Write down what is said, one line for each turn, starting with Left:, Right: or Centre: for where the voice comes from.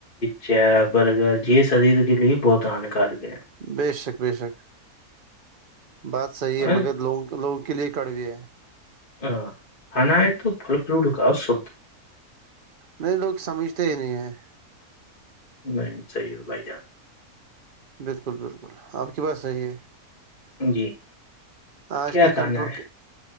Left: جیپ برگ ج یہ شریر کے لیے بہت ہان کارک
Right: بے شک بے شک بات صحیح ہے
Left: اور،
Right: مگر لوگوں لوگوں کے لیے کڑوی ہے
Left: ہ کھانا ہے تو فل ف ڈکاؤ سھ
Right: نہیں لوگ سمجھتے ہی نہیں ہیں
Left: نہیں صحیح ہے بائی چانس
Right: بالکل بالکل آپ کی بات صحیح ہے
Left: جی
Right: آج
Left: کیا
Right: کل
Left: کھانا
Right: کنٹرول
Left: ہے